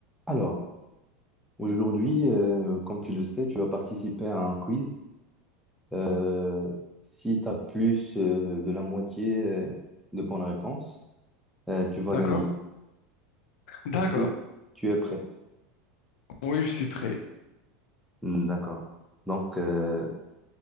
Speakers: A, in the centre; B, on the left.
A: Alors, aujourd'hui, euh, comme tu le sais, tu vas participer à un quiz. Euh, si tu as plus euh, de la moitié euh, de bonnes réponses, euh, tu vas
B: D'accord.
A: gagner.
B: D'accord.
A: Est-ce que tu es prêt?
B: Oui, je suis prêt.
A: Hmm, D'accord. Donc, euh,